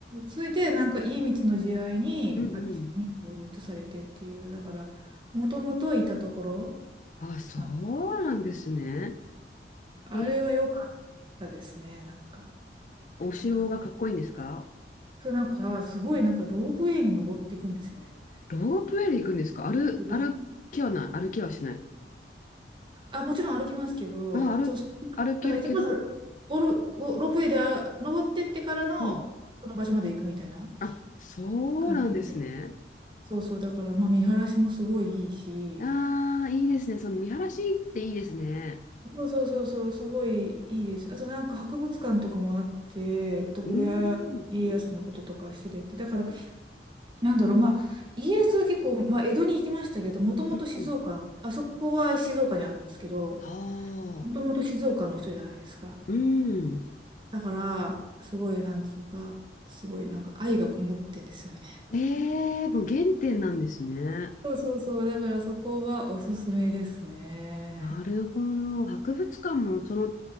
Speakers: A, on the right; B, on the left.
A: それで、なんか、家光の時代に、
B: うんうん。
A: あっちに、こうに移されてっていう、だから、もともといたところ、
B: あ、そ
A: あ
B: うなんですね。
A: あれは良かったですね、
B: え
A: なんか。
B: お城がかっこいいんですか
A: なんか、そう、なんか、すごい、なんか、ロープウェイに登っていくんですよね。
B: ロープウェイで行くんですか歩、
A: そうです
B: 歩きはない。歩きはしない。
A: あ、もちろん歩きますけど、
B: あ、歩、
A: そう、そう
B: 歩けるけど
A: だから、まず、おる、お、ロープウェイであ登ってってからの、
B: うん。
A: その場所まで行くみたいな
B: あ、そうなんですね。
A: 感じで。そうそう、だから、まあ、見晴らしもすごいいいし、
B: ああ、いいですね。その見晴らしっていいですね。
A: そうそうそうそう、すごいいいです。あとなんか博物館とかもあって、徳川家康のこととか知れて、
B: うーん。
A: だから、なんだろう、まあ、家康は結構、まあ、江戸に行きましたけど、もともと静岡、
B: うんうん。
A: あそこは静岡にあるんですけど、
B: はあ。
A: もともと静岡の人じゃないですか。
B: うん。
A: だから、すごい、なんつうか、すごいなんか愛がこもってんですよね。
B: ええもう原点なんですね。
A: そうそうそう、だからそこはおすすめですね。
B: なるほど。博物館もその